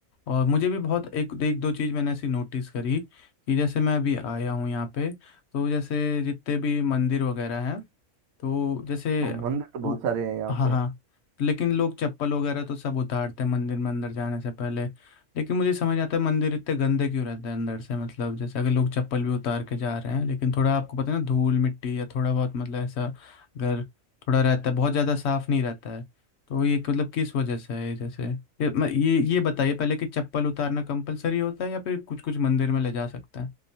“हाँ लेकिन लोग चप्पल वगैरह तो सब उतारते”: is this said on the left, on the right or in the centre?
Left